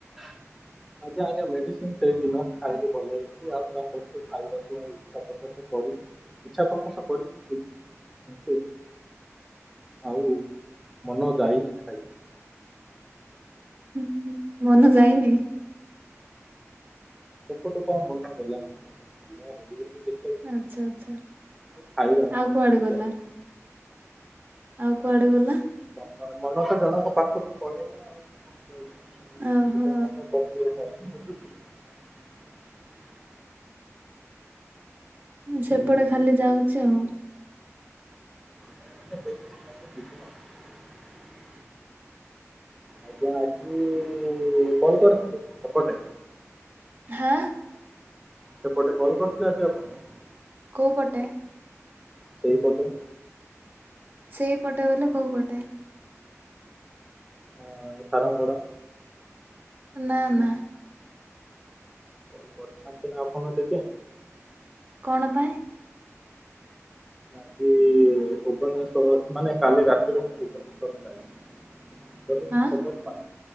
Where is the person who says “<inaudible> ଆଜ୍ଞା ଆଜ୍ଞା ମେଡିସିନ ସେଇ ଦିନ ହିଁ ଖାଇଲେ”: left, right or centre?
Centre